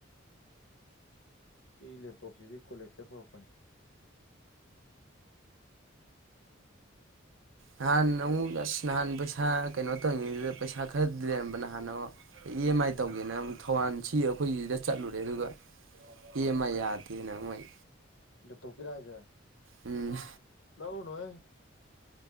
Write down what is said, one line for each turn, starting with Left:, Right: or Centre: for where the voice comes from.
Left: ꯁꯤ ꯂꯦꯞꯇꯣꯞꯁꯤꯗꯤ ꯀꯣꯂꯦꯖꯇ ꯄꯨꯔꯛꯄꯅꯦ
Right: ꯅꯍꯥꯟ ꯑꯃꯨꯛ ꯑꯁ ꯅꯍꯥꯟ ꯄꯩꯁꯥ ꯀꯩꯅꯣ ꯇꯧꯅꯤꯡꯉꯤꯗꯨꯗ ꯄꯩꯁꯥ ꯈꯔꯗꯤ ꯂꯩꯔꯝꯕ ꯅꯍꯥꯟꯅ ꯑꯃ ꯏ ꯑꯦꯝ ꯑꯥꯏ
Left: ꯎꯝ
Right: ꯇꯧꯒꯦꯅ ꯑꯃꯨꯛ ꯊꯧꯋꯥꯟ ꯁꯤ ꯑꯩꯈꯣꯏꯒꯤꯁꯤꯗ ꯆꯠꯂꯨꯔꯦ ꯑꯗꯨꯒ ꯄꯃ ꯌꯥꯗꯦꯅ ꯃꯣꯏ
Left: ꯂꯦꯞꯇꯣꯞ ꯀꯤꯔꯥ ꯍꯥꯢꯁꯦ
Right: ꯎꯝ
Left: ꯂꯧꯎꯅꯣꯣꯏ